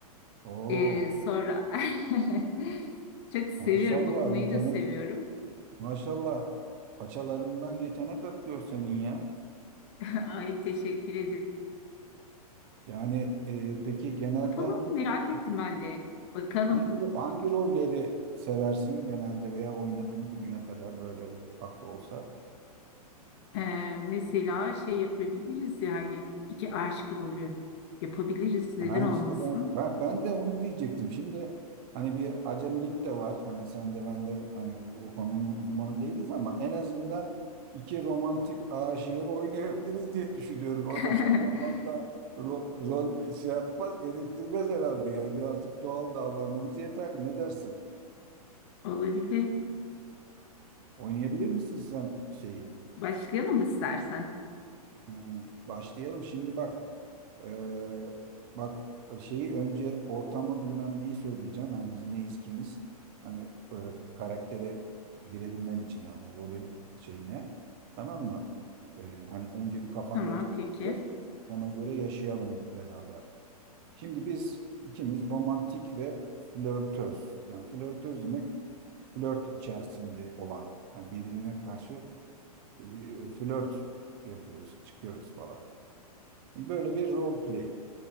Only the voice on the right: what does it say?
oo,
maşallah
yetenek
maşallah paçalarından yetenek akıyor senin ya.
Yani e, peki genelde
hangi
hangi hangi rolleri seversin genelde veya oynadın bugüne kadar böyle ufak da olsa?
Ha
işte ben, ben ben de onu diyecektim. Şimdi hani bir acemilik de var. Hani sen de ben de hani o konunun uzmanı değiliz ama en azından iki romantik aşığı oynayabiliriz diye düşünüyorum. O
da çok da fazla ro- rol şey yapmaz, gerektirmez herhalde. Yani birazcık doğal davranmamız yeterli. Ne dersin?
Oynayabilir misin sen şeyi?
Ee, başlayalım. Şimdi bak Ee, bak şeyi önce ortamı bilmem neyi söyleyeceğim. Hani biz neyiz kimiz? Hani e, karaktere girebilmen için yani rolün şeyine. Tamam mı? Ee, hani önce bir kafanda
canlandır.
Ona göre yaşayalım beraber. Şimdi biz ikimiz romantik ve flörtöz. Yani flörtöz demek flört içerisinde olan. Yani birbirine karşı e, bir flört yapıyoruz, çıkıyoruz falan. Böyle bir role play.